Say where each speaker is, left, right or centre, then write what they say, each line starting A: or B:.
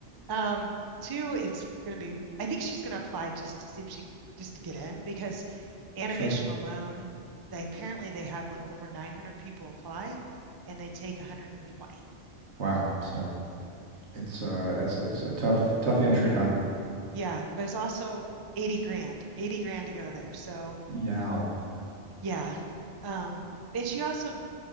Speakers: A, on the right (about 35°); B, on the right (about 70°).
A: Um, two, it's going to be, I think she's going to apply just to see if she, just to get in because animation
B: Sure.
A: alone, they apparently they have like over 900 people apply and they take 120.
B: Wow. So it's, uh, that's, it's a tough, tough entry, huh?
A: Yeah, but it's also 80 grand, 80 grand to go there. So
B: Yeah.
A: yeah. Um, and she also